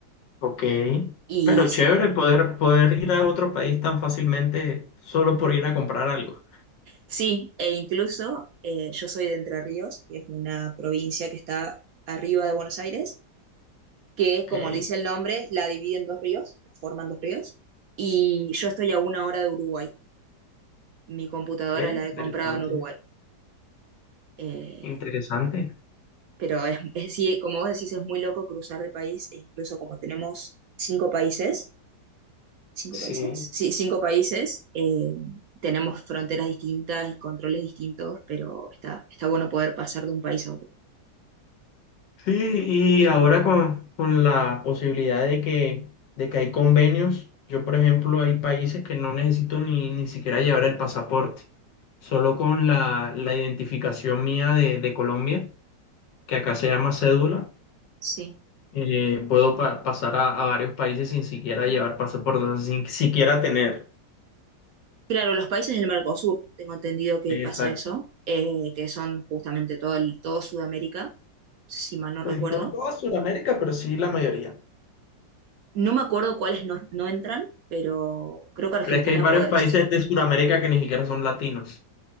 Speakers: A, on the left; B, on the right.
A: Ok.
B: Y
A: Pero
B: s-
A: chévere poder, poder ir a otro país tan fácilmente solo por ir a comprar algo.
B: sí, e incluso eh, yo soy de Entre Ríos, que es una provincia que está arriba de Buenos Aires, que
A: Ok.
B: como le dice el nombre, la divide en dos ríos, forman dos ríos, y yo estoy a una hora de Uruguay. mi computadora
A: Ve,
B: la he
A: Interesante.
B: comprado en Uruguay. Eh,
A: Interesante.
B: pero es, es- sí, como vos decís, es muy loco cruzar de país, e incluso como tenemos cinco países, ¿cinco
A: Sí.
B: países? Sí, cinco países, eh, tenemos fronteras distintas y controles distintos, pero está, está bueno poder pasar de un país a otro.
A: Sí, y ahora con, con la posibilidad de que, de que hay convenios, yo por ejemplo hay países que no necesito ni, ni siquiera llevar el pasaporte, solo con la, la identificación mía de, de Colombia, que acá se llama cédula,
B: Sí.
A: eh, puedo pa- pasar a, a varios países sin siquiera llevar pasaporte, o sea, sin siquiera tener.
B: Claro, los países del Mercosur, tengo entendido que
A: Exacto.
B: pasa eso, eh, que son justamente todo, el- todo Sudamérica, si mal no
A: Pues
B: recuerdo.
A: no toda Sudamérica, pero sí la mayoría.
B: No me acuerdo cuáles no, no entran, pero creo que Argentina
A: Pero es que hay varios
B: podés.
A: países de Sudamérica que ni siquiera son latinos,